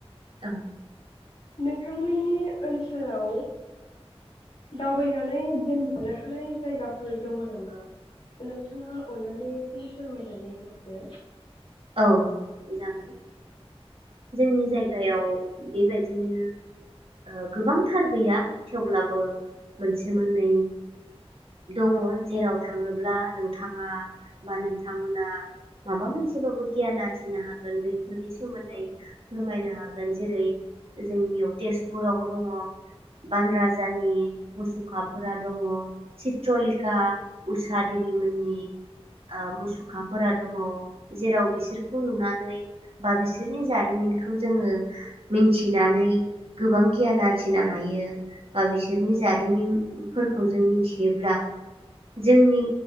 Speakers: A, on the right; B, on the left.
A: औ
B: नोंथांमोननि ओनसोलाव दावबायनानै गियान लानो हानाय जायगाफोर दङ नामा? नोंथाङा अन्नानै एसे फोरमायनानै हरदो।
A: औ जागोन जोंनि जायगायाव बेबायदिनो ओ गोबांथार गैया थेवब्लाबो मोनसे मोननै दङ जेराव थाङोब्ला नोंथाङा बा नोंथांमोना माबा मोन सेबाबो गियान आरजिनो हागोन बै फोरनि सोमोन्दै
B: हरदो
A: फोरमायनो हागोन जेरै जोंनियाव तेजपुरावबो दङ' बान राजानि मुसुखाफोरा दङ' चित्रलिखा उषा देबिमोननि ओ मुसुखाफोरा दङ'। जेराव बिसोरखौ नुनानै बा बिसोरनि जारिमिनखौ जोङो मिनथिनानै गोबां गियान आरजिनो हायो बा बिसोरनि जारिमिनफोरखौ जों मिथियोब्ला जोंनि